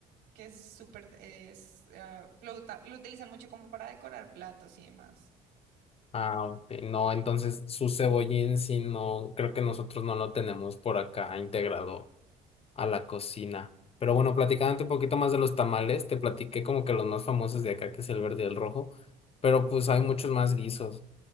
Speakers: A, on the right; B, on the left.
A: que es súper, es, ah, lo, uta- lo utilizan mucho como para decorar platos y demás.
B: Ah, ok. No, entonces su cebollín sí no, creo que nosotros no lo tenemos por acá integrado a la cocina. Pero bueno, platicándote un poquito más de los tamales, te platiqué como que los más famosos de acá, que es el verde y el rojo, pero pues hay muchos más guisos.